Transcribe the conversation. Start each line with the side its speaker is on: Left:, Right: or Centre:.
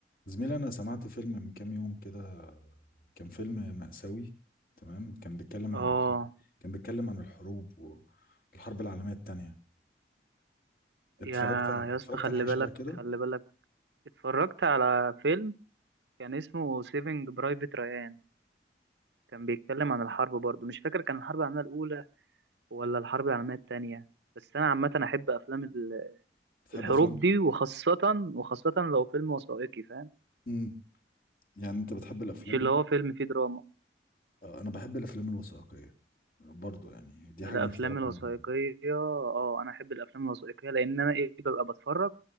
Left: زميلي أنا سمعت فيلم من كام يوم كده كان فيلم مأساوي تمام كان بيتكلم
Right: اه
Left: عن الحرب كان بيتكلم عن الحروب والحرب العالمية التانية اتفرجت
Right: يا
Left: على...
Right: يا
Left: اتفرجت
Right: اسطى خلي
Left: على حاجة
Right: بالك
Left: شبه كده
Right: خلي بالك اتفرجت على فيلم كان اسمه سيفنج برايفت ريان كان بيتكلم عن الحرب برضو مش فاكر كان الحرب العالمية الأولى ولا الحرب العالمية التانية بس أنا عامة أحب أفلام ال-
Left: بتحب
Right: الحروب
Left: أفلام الحروب
Right: دي وخاصة وخاصة لو فيلم وثائقي فاهم
Left: امم يعني أنت بتحب الأفلام
Right: مش اللي هو فيلم فيه دراما
Left: آه، أنا بحب الأفلام الوثائقية برضو يعني دي
Right: الأفلام
Left: حاجة مشتركة
Right: الوثائقية
Left: ما بيننا
Right: اه أنا أحب الأفلام الوثائقية لأن أنا إيه ببقى بتفرج